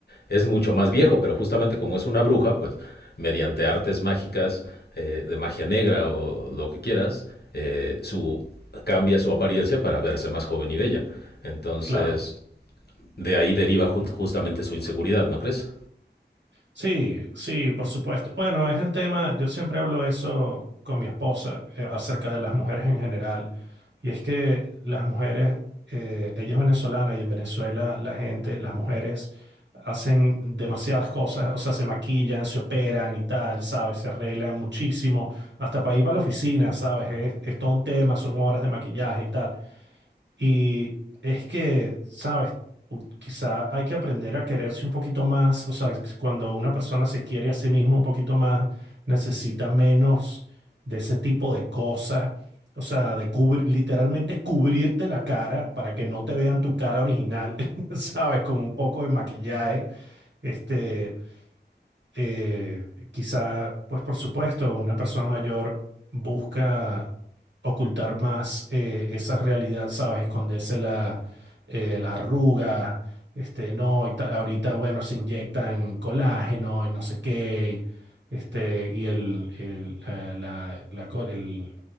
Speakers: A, on the left; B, on the right.
A: es mucho más viejo, pero justamente como es una bruja, pues, mediante artes mágicas, eh, de magia negra o lo que quieras, eh, su, cambia su apariencia para verse más joven y bella. Entonces,
B: claro.
A: de ahí deriva ju- justamente su inseguridad, ¿no crees?
B: Sí, sí, por supuesto. Bueno, es el tema, yo siempre hablo eso con mi esposa eh, acerca de las mujeres en general. Y es que las mujeres, eh, ella es venezolana y en Venezuela la gente, las mujeres hacen demasiadas cosas, o sea, se maquillan, se operan y tal, ¿sabes? Se arreglan muchísimo, hasta para ir para la oficina, ¿sabes? Es, es todo un tema, son horas de maquillaje y tal. Y es que, sabes, U- quizá hay que aprender a quererse un poquito más, o sea, c- cuando una persona se quiere a sí misma un poquito más, necesita menos de ese tipo de cosas, o sea, de cubrir, literalmente cubrirte la cara para que no te vean tu cara original, <laughs> sabes, con un poco de maquillaje, este eh, quizá, pues por supuesto, una persona mayor busca ocultar más eh, esa realidad, ¿sabes? Esconderse la- eh, las arrugas, este, no, y ta- ahorita, bueno, se inyectan colágeno y no sé qué, este, y el, el, eh, la, la co- el-